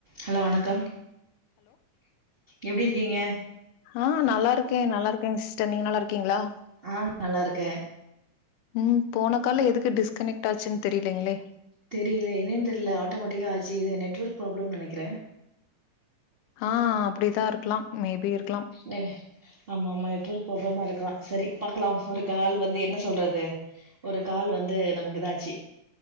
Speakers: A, on the right; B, on the left.
A: ஹலோ வணக்கம் எப்டி இருக்கீங்க
B: ஆங் நல்லாருக்கேன் நல்லாருக்கேன் சிஸ்டர் நீங்க நல்லா இருக்கீங்ளா
A: ஆங் நல்லாருக்கேன்
B: ம் போன கால்ல எதுக்கு டிஸ்கனெக்ட் ஆச்சுன்னு தெரியலங்களே
A: தெரில என்னனு தெரில ஆட்டோமேட்டிக்கா ஆச்சு இது நெட்வொர்க் ப்ராப்ளம்னனு நெனைக்கிற
B: ஆஹ் அப்படிதா இருக்கலா மே பி இருக்
A: நெ ஆமா ஆமா நெட்வொர்க் ப்ராப்ளமா இருக்கலா சரி பார்க்கலாம் ஒரு கால் வந்து என்ன சொல்றது ஒரு கால் வந்து நமக்கு இதாச்சு